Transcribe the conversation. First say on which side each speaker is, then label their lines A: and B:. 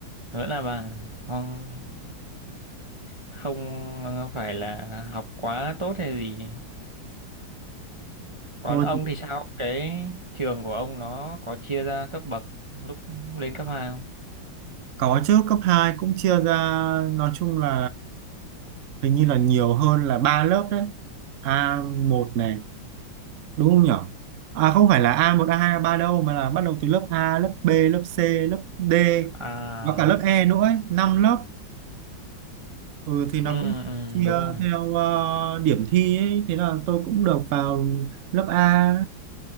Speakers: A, on the right; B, on the right.
A: vẫn là bà không không phải là học quá tốt hay gì còn
B: thôi
A: ông
B: thì
A: thì sao cái trường của ông nó có chia ra cấp bậc lúc lên cấp hai không
B: có chứ cấp 2 cũng chia ra nói chung là hình như là nhiều hơn là ba lớp đấy a một này đúng không nhở à không phải là a một a hai a ba đâu mà là bắt đầu từ lớp A lớp B lớp C lớp D
A: à
B: và cả lớp E nữa ấy, 5 lớp ừ, thì nó
A: ừ,
B: cũng
A: ừ
B: chia
A: đúng rồi
B: theo ờ, điểm thi ấy thế là tôi cũng được vào lớp A